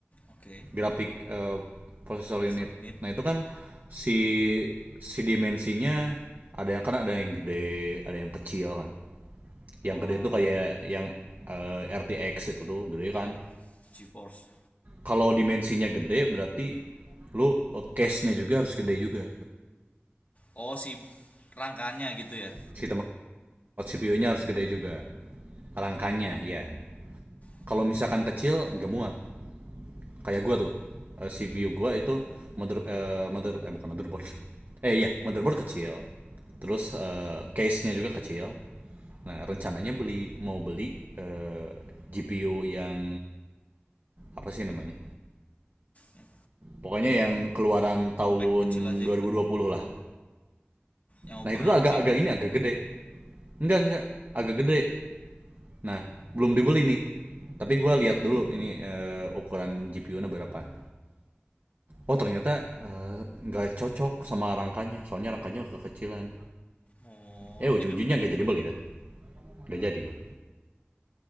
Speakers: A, on the left; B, on the right.
A: Oke.
B: grafik eh, processor
A: Processor
B: unit.
A: unit.
B: Nah itu kan si si dimensinya ada yang kan ada yang gede, ada yang kecil kan. Yang
A: Ah,
B: gede itu kayak yang eh, RTX itu tuh gede
A: iya.
B: kan.
A: GeForce.
B: Kalau dimensinya gede berarti lu eh, case-nya juga harus gede juga.
A: Oh, si rangkanya gitu ya.
B: Si tempat CPU-nya harus gede juga. Rangkanya ya.
A: Oke,
B: Kalau misalkan
A: oke.
B: kecil gak muat. kayak gua tuh eh, CPU gua itu mother eh, mother eh bukan motherboard <laughs> eh iya motherboard kecil terus eh, case-nya juga kecil nah rencananya beli mau beli eh, GPU yang apa sih namanya
A: Yang
B: pokoknya yang keluaran
A: kom-
B: tahun
A: Compact kecil aja
B: dua
A: gitu.
B: dua ribu dua puluh lah
A: Yang
B: nah
A: ukurannya
B: itu tuh agak-agak
A: kecil.
B: ini agak gede enggak enggak agak gede nah belum dibeli nih tapi gua lihat dulu ini eh, ukuran GPU-nya berapa Oh ternyata eh, nggak uh, cocok sama rangkanya, soalnya rangkanya kekecilan.
A: Oh,
B: Eh ujung-ujungnya
A: jadi lu gak
B: nggak
A: jadi beli
B: jadi beli
A: gitu.
B: dah, nggak jadi gua.